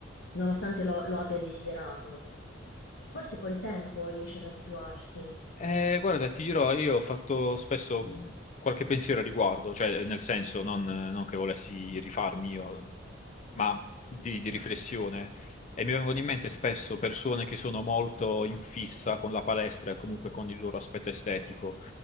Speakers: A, on the left; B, on the left.
A: nonostante lo, lo abbia desiderato. Forse col tempo riesce ad abituarsi.
B: Eh, guarda, ti dirò, io ho fatto spesso mh, qualche pensiero a riguardo, cioè eh, nel senso non, non che volessi rifarmi io, ma di, di riflessione. E mi vengono in mente spesso persone che sono molto in fissa con la palestra e comunque con il loro aspetto estetico,